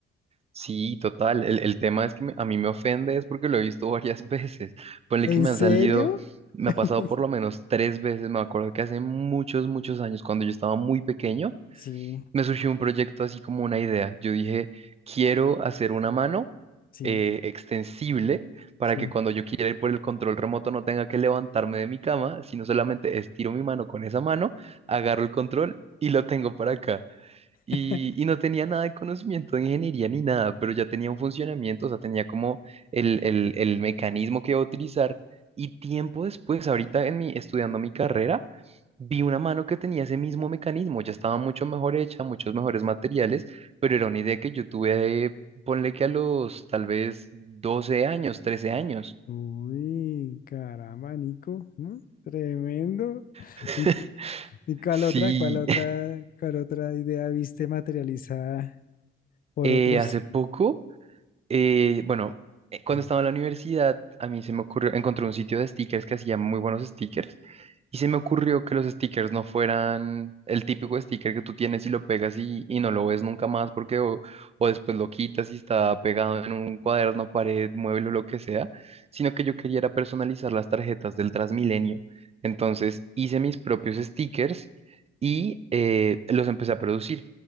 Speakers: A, on the right; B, on the left.
A: Sí, total. El, el tema es que me- a mí me ofende es porque lo he visto <laughs> varias veces. Ponle
B: ¿En
A: que me
B: serio?
A: han salido, me
B: <laughs>
A: ha pasado por lo menos tres veces. Me acuerdo que hace muchos, muchos años, cuando yo estaba muy pequeño
B: Sí,
A: me surgió un proyecto así como una idea. Yo dije, quiero hacer una mano
B: sí,
A: eh, extensible para
B: sí.
A: que cuando yo quiera ir por el control remoto no tenga que levantarme de mi cama, sino solamente estiro mi mano con esa mano, agarro el control y lo tengo para acá y,
B: <laughs>
A: y no tenía nada de conocimiento de ingeniería ni nada, pero ya tenía un funcionamiento, o sea, tenía como el, el, el mecanismo que iba a utilizar. Y tiempo después, ahorita en mi, estudiando mi carrera, vi una mano que tenía ese mismo mecanismo, ya estaba mucho mejor hecha, muchos mejores materiales, pero era una idea que yo tuve, eh, ponle que a los tal vez doce años, trece años.
B: Uy, caramba, Nico, ¿no? Tremendo. <laughs>
A: <laughs>
B: Y que- ¿Y cuál
A: Sí,
B: otra, cuál otra, cuál otra idea viste materializada por
A: eh,
B: otros?
A: hace poco Eh, bueno, eh, cuando
B: <laughs>
A: estaba en la universidad, a mí se me ocurrió, encontré un sitio de stickers que hacía muy buenos stickers y se me ocurrió que los stickers no fueran el típico sticker que tú tienes y lo pegas y, y no lo ves nunca más porque o, o después lo quitas y está pegado en un cuaderno, pared, mueble o lo que sea, sino que yo quería era personalizar las tarjetas del Transmilenio. Entonces hice mis propios stickers y eh, los empecé a producir.